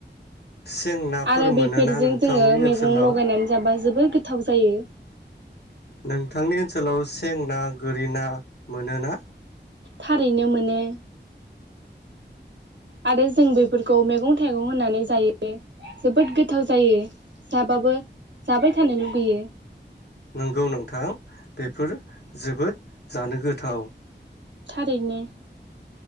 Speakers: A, on the left; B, on the right.
A: सें नाफोर
B: आरो बेफोरजों
A: मोनोना नोंथांनि
B: जोङो मैगं
A: ओनसोलाव
B: लगायनानै जाबा जोबोद गोथाव जायो।
A: नोंथांनि ओनसोलाव सें ना गोरि ना मोनोना?
B: थारैनो मोनो। आरो जों बेफोरखौ मैगं थाइगं होननानै जायो जोबोद गोथाव जायो। जाबाबो जाबाय थानो लुगैयो।
A: नंगौ नोंथां बेफोर जोबोद जानो गोथाव।
B: थारैनो।